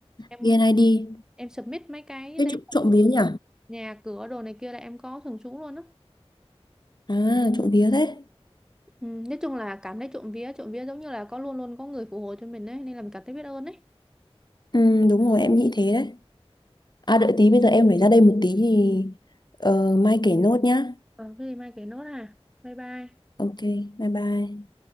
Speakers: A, in the centre; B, on the left (about 45°).
A: em
B: VNID
A: em submit mấy cái
B: thế
A: giấy
B: trộm,
A: tờ
B: trộm vía nhỉ
A: nhà cửa đồ này kia là em có thường trú luôn á
B: à trộm vía thế
A: ừ, nói chung là cảm thấy trộm vía trộm vía giống như là có luôn luôn có người phù hộ cho mình ấy nên là mình cảm thấy biết ơn ấy
B: ừ đúng rồi em nghĩ thế đấy à đợi tí bây giờ em phải ra đây một tí thì ờ, mai kể nốt nhá
A: ờ cái gì mai kể nốt à bye bye
B: Ok, bye bye.